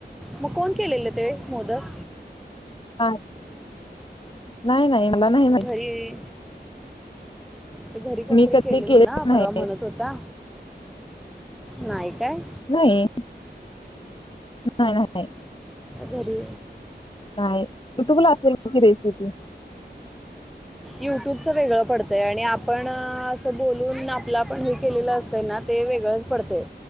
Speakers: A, in the centre; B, on the left.
A: मग कोण केलेले ते मोदक
B: हा नाही नाही. मला नाही माहित
A: घरी ते घरी कोणतरी
B: मी कधी
A: केलेलं
B: केलेच
A: ना
B: नाही
A: परवा म्हणत होता. नाही काय
B: नाही. नाही नाही.
A: घरी
B: नाही युट्यूबला असेल की रेसिपी
A: युट्यूबच वेगळं पडतय आणि आपण असं बोलून आपला पण हे केलेलं असतय ना ते वेगळंच पडतय